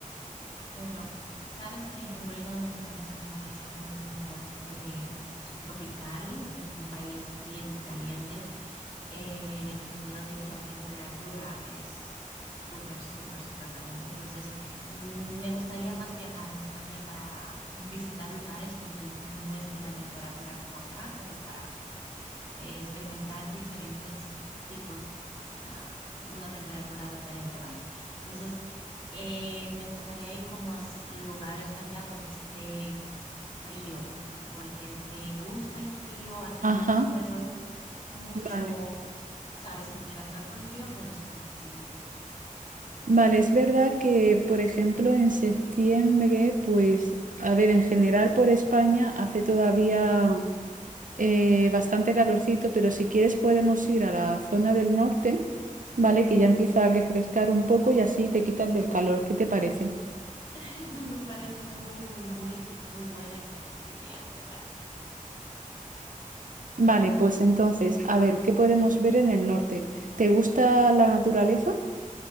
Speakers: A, on the left (about 35°); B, on the right (about 70°).
A: Bueno, sabes que en República Dominicana es un país como eh, tropical, un país bien caliente, eh, en el sentido de que la temperatura es súper, súper, súper caliente. Entonces, mm, me gustaría más viajar a España para visitar lugares donde no esté la temperatura como acá, como para eh, experimentar diferentes tipos, ah, bueno, una temperatura diferente, vaya. Entonces, eh, me gustaría ir como a s- lugares allá donde esté frío, porque me gusta el frío. Aquí
B: Ajá,
A: no suelo mucho,
B: vale.
A: sabes, interactuar con el frío, pero sí me gustaría ir allá por eso.
B: Vale, es verdad que, por ejemplo, en septiembre, pues, a ver, en general por España hace todavía... eh, bastante calorcito, pero si quieres podemos ir a la zona del norte, ¿vale? Que ya empieza a refrescar un poco y así te quitas del calor. ¿Qué te parece?
A: <laughs> Me parece muy, muy, muy y muy buena y excelente idea, ¿verdad?
B: Vale, pues entonces, a ver, ¿qué podemos ver en el norte? ¿Te gusta la naturaleza?